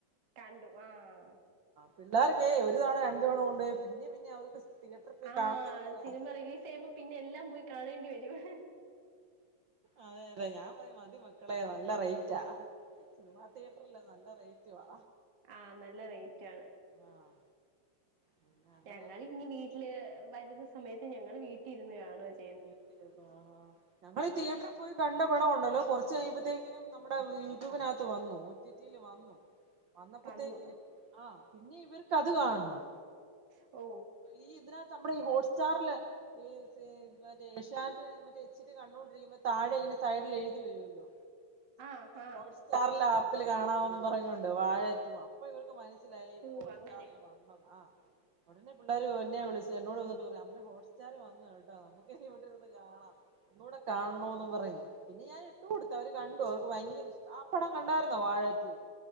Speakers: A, on the right; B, on the right.
A: കണ്ടു ആഹ്,
B: പിള്ളേർക്കെ ഒരു തവണ രണ്ട് തവണ കൊണ്ടോയി പിന്നേം പിന്നേം അവർക്ക്, തിയേറ്ററിൽ പോയി
A: ആഹ്
B: കാണണംന്നുള്ളൊരാ
A: സിനിമ റിലീസ് ചെയ്യുമ്പോ പിന്നെ എല്ലാം പോയി കാണേണ്ടി വരും,
B: അതെ അതെ, ഞാൻ പറയും മതിമക്കളെ നല്ല റേറ്റാ. സിനിമാ തിയേറ്റർ അല്ലേ നല്ല റേറ്റവാ
A: ആഹ് നല്ല റേറ്റ് ആണ്
B: ആഹ് പിന്നെ അങ്ങനെ
A: ഞങ്ങളിങ് വീട്ടില് വരുന്ന സമയത്ത് ഞങ്ങൾ വീട്ടിരുന്ന് കാണുവാ ചെ
B: വീട്ടിലിരുന്ന് കാണാ ഞങ്ങള് തിയേറ്റർ പോയി കണ്ട പടമുണ്ടല്ലോ കുറച്ച് കഴിയുമ്പഴത്തേക്കും നമ്മടെ യൂട്യൂബിനകത്ത് വന്നു ഒറ്റി യിൽ വന്നു വന്നപ്പോത്തേക്കിനും
A: വന്നു
B: ആഹ് പിന്നെ ഇവർക്ക് അത് കാണണം
A: ഓ
B: ഈ ഇതിനകത്ത് നമ്മുടെ ഈ ഹോട്ട്സ്റ്റാറില് ഈ മറ്റേ ഏശ്യാനെറ് മറ്റേ എച്ചി ടി കണ്ടുകൊണ്ടിരിക്കുമ്പോ താഴെ ഇങ്ങനെ സൈഡിൽ എഴുതി വരുവല്ലോ
A: ആ ആ
B: ഹോട്ട്സ്റ്റാറിൽ ആപ്പിൽ കാണാവും പറങ്ങിയൊണ്ട് വാഴ റ്റു അപ്പൊ ഇവർക്ക് മന സിലായി
A: ഓ
B: ഹോട്
A: അങ്ങനെ
B: സ്റ്റാറില് കാണാ ആഹ് ഉടനെ പിള്ളേർ എന്നെ വിളിച്ചു എന്നോട് വന്നിട്ട് പറയാ അമ്മ ഹോട്ട്സ്റ്റാർ വന്നു കേട്ടാ നമുക്ക് ഇങ്ങനെ ഇവിടെന്ന് കാണാം ഒന്നൂടെ കാണണോന്ന് പറഞ്ഞു പിന്നെ ഞാൻ ഇട്ടു കൊടുത്ത അവര് കണ്ടു അവർക്ക് ഭയങ്കര ഇഷ്ടം ആ പടം കണ്ടായിരുന്നോ വാഴ റ്റു